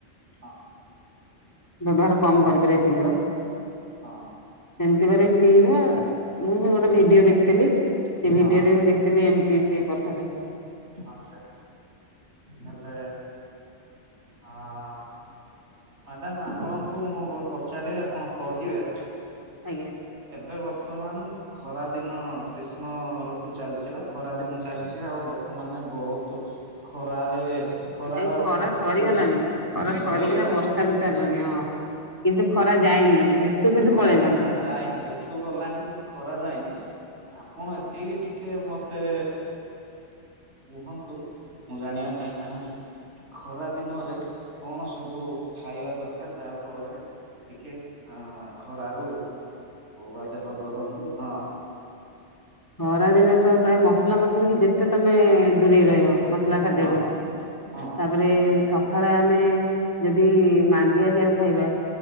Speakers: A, on the right; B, on the left.
A: ହଁ
B: ବ୍ୟବହାର କମ୍ କରିପାରିବା ଚିନିର।
A: ହଁ।
B: ସେମିତି କରିକି ପିଇବେ ଆଉ। ମୁଁ ବି ଗୋଟେ ଭିଡ଼ିଓ ଦେଖିଥିଲି। ସେ ଭିଡ଼ିଓରେ
A: ହଁ
B: ମୁଁ ଦେଖିଥିଲି ଏମିତି ସିଏ କରୁଥିଲେ।
A: ଆଚ୍ଛା। ହେଲେ ଆଁ, ମ୍ୟାଡ଼ାମ ଆପଣଙ୍କୁ ମୁଁ ଗୋଟେ ପଚାରିବି ଆପଣ କହିବେ?
B: ଆଜ୍ଞା।
A: ଏବେ ବର୍ତ୍ତମାନ ଖରା ଦିନ ଗ୍ରୀଷ୍ମ ଋତୁ ଚାଲିଛି ବା ଖରା ଦିନ ଚାଲିଛି ଆଉ ଲୋକମାନୋନ ବହୁତୁ ଖରାରେ ଖରାର
B: ନାଇଁ ଖରା ସରିଗଲାଣି
A: ପ୍ରଭାବ
B: ଖରା
A: ସରିଗଲାଣି।
B: ସରିକିନା <unintelligible> ହଁ, କିନ୍ତୁ ଖରା ଯାଇନି କିନ୍ତୁ
A: ହଁ,
B: ପଳେଇଲାଣି
A: ଖରା ଯାଇନି ଋତୁ ଗଲଣିି କିନ୍ତୁ ଖରା ଯାଇନି। ଆପଣ ଏତିକି ଟିକେ ମତେ କୁହନ୍ତୁ, ମୁଁ ଜାଣିବା ପାଇଁ ଚାହୁଁଛି ଖରା ଦିନରେ କଣ ସବୁ ଖାଇବା ଦରକାର ଯାହା ଫଳରେ ଟିକେ ଖରା ରୁ ବା ଦେହ ଗରମ ରୁ ହଁ।
B: ଖରାଦିନେ ତ ପ୍ରାୟ ମସଲା ମସଲି କି ଯେତେ ତମେ ଦୂରେଇ ରହିବ। ମସଲା ଖାଦ୍ୟରୁ।
A: ହଁ ହଁ
B: ତାପରେ ସକାଳେ ଆମେ ଯଦି ମା ମାଣ୍ଡିଆ ଯାଉ ଖାଇବା